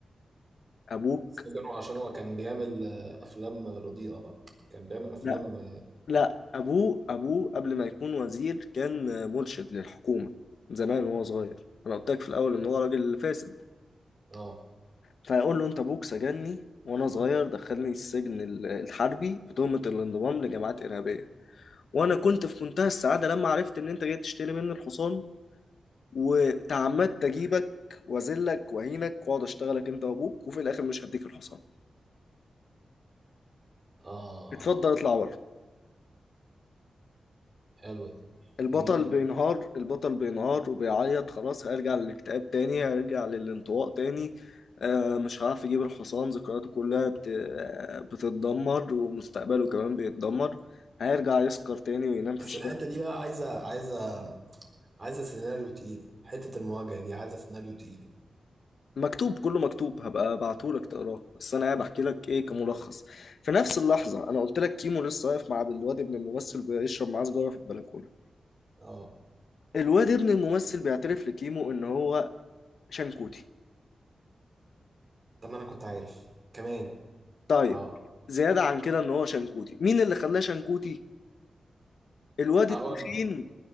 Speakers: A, on the left (about 70°); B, on the right (about 40°).
A: أبوك
B: سجنه عشان هو كان بيعمل آه، افلام رديئه بقى كان بيعمل افلام
A: لا
B: اه
A: لا ابوه ابوه قبل ما يكون وزير كان مرشد للحكومه زمان وهو صغير انا قلت لك في الاول ان هو راجل فاسد
B: اه
A: فيقول له انت ابوك سجني وانا صغير دخلني السجن ال- الحربي بتهمه الانضمام لجماعات ارهابيه وانا كنت في منتهى السعاده لما عرفت ان انت جاي تشتري مني الحصان وتعمدت اجيبك واذلك واهينك واقعد اشتغلك انت وابوك وفي الاخر مش هديك الحصان
B: آه،
A: اتفضل اطلع بره
B: حلوه دي
A: البطل
B: جميله
A: بينهار البطل بينهار وبيعيط خلاص هيرجع للاكتئاب تاني هيرجع للانطواء تاني آه، مش هعرف يجيب الحصان ذكرياته كلها بت... آه، بتتدمر ومستقبله كمان بيتدمر هيرجع يسكر تاني وينام في
B: بس
A: الشارع
B: الحته دي بقى عايزه عايزه عايزه سيناريو تقيل حته المواجهه دي عايزه سيناريو تقيل
A: مكتوب كله مكتوب هبقى ابعتهولك تقراه بس انا قاعد احكي لك ايه كملخص في نفس اللحظه انا قلت لك كيمو لسه واقف مع الواد ابن الممثل بيشرب معاه سجاره في البلكونه
B: اه
A: الواد ابن الممثل بيعترف لكيمو ان هو شنكوتي
B: طب ما انا كنت عارف كمان
A: طيب
B: اه
A: زيادة عن كده ان هو شنكوتي مين اللي خلاه شنكوتي الواد
B: هقول
A: التخين